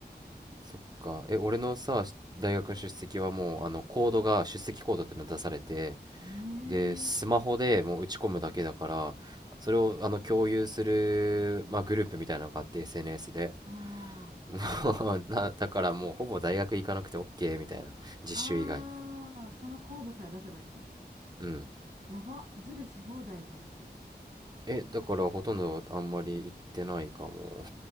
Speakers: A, on the right; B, on the right.
A: そっか。
B: そう
A: え、俺のさ、大学の出席はもう、あの、コードが、出席コードっていうの出されて、
B: ええー、
A: で、スマホでもう打ち込むだけだから、それを、あの、共有する、まあ、グループみたいなのがあって、SNS で。
B: ああ。
A: <laughs> もうな、だからもう、ほぼ大学行かなくて OK みたいな。実習以外。
B: あー、そのコードさえ出せばいいの
A: うん。
B: やば、ズルし放題じゃん、それ。
A: え、だからほとんどあんまり行ってないかも。